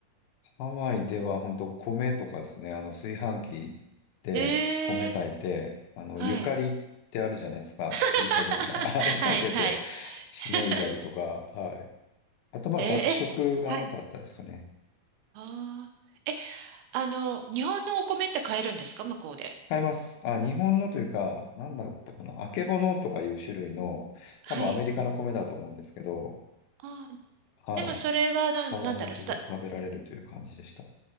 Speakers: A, on the left (about 80°); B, on the right (about 85°).
A: ハワイでは本当米とかですね。あの炊飯器で米炊いて、
B: えー、
A: あの、
B: はい。
A: ゆかりってあるじゃないですか。
B: <laughs>
A: ふりかけみたいな。<laughs> あれかけて
B: はい、はい。
A: しのいだりとか。
B: <laughs>
A: はい。あとまあ学食が多かったですかね。
B: えー、え、はい。あーえ、あの、日本のお米って買えるんですか向こうで。
A: 買います。あ、日本のというか、なんだったかな。あけぼのとかいう種類の、多分アメリカの米だと思うんですけど、
B: はい。あー、
A: はい。
B: でもそれはな、
A: 変わらず食べられるという感じでした。
B: なんだろう、スタ、